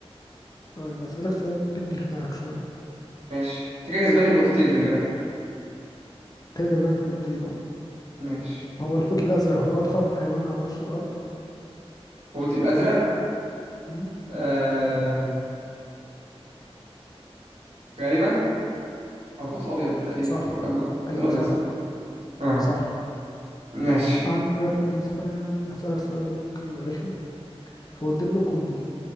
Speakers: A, on the left (about 35°); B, on the right (about 85°).
A: طيب اسالك سؤال ممكن يخدعك شويه
B: ماشي انت كده كسباني بنقطتين خلي بالك
A: كده كسبانك في نقطتين اهو
B: ماشي
A: هو الحوت الازرق هو اضخم حيوان على وش الارض
B: الحوت الازرق
A: امم
B: آه... غالبا او الحوت الابيض تقريبا
A: صح
B: هو الاكبر الحوت
A: ايوه
B: الابيض
A: صح
B: صح اه
A: صح
B: ماشي
A: عندك مثلا هسالك سؤال ممكن يبقى رخم هو الدب القطبي